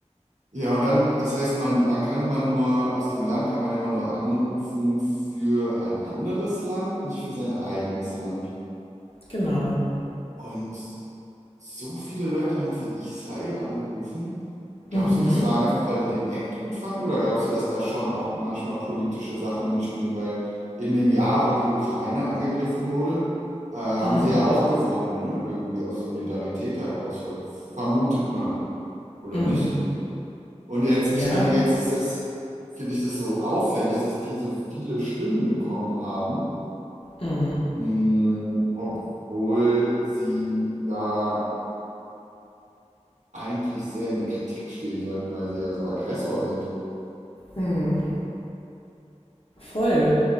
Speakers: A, on the right; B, on the left.
A: Ja, und dann, das heißt, man, man kann immer nur, aus dem Land kann man ja immer nur anrufen für ein anderes Land, nicht für sein eigenes Land.
B: Genau.
A: Und so viele Leute haben für Israel angerufen. Glaubst
B: Mhm.
A: du, das war einfach, weil die den Act gut fanden? Oder glaubst du, dass da schon auch manchmal politische Sachen mitspielen? Weil in dem Jahr, wo die Ukraine angegriffen wurde, äh, haben
B: Mhm.
A: sie ja auch gewonnen, ne? Irgendwie aus Solidarität heraus, ver- vermutet man, oder
B: Mhm.
A: nicht? Und jetzt,
B: Ja.
A: ich meine, jetzt ist das, finde ich das so auffällig, dass die so viele Stimmen bekommen haben,
B: Mhm.
A: mh, obwohl sie ja eigentlich sehr in der Kritik stehen sollten, weil sie ja so Aggressor sind.
B: Mhm. Voll.